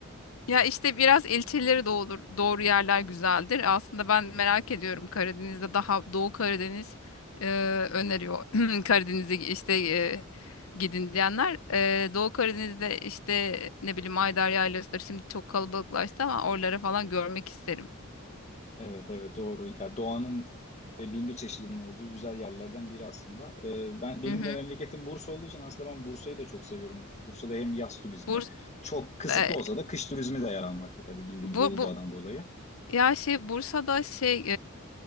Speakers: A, on the left; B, on the left.
A: Ya işte biraz ilçeleri doğru, doğru yerler güzeldir. Aslında ben merak ediyorum Karadeniz'de daha Doğu Karadeniz e, öneriyor. <clears throat> Karadeniz'e işte e, gidin diyenler. E, Doğu Karadeniz'de işte ne bileyim Ayder Yaylası'dır. Şimdi çok kalabalıklaştı ama oraları falan görmek isterim.
B: Evet evet doğru. Ya doğanın e, bin bir çeşidinin olduğu güzel yerlerden biri aslında. E, ben benim
A: Hı hı.
B: de memleketim Bursa olduğu için aslında ben Bursa'yı da çok seviyorum. Bursa'da hem yaz turizmi
A: Burs,
B: çok kısıtlı
A: e,
B: olsa da kış turizmi de yer almakta tabii bildiğin
A: bu,
B: gibi Uludağ'dan
A: bu
B: dolayı.
A: ya şey Bursa'da şey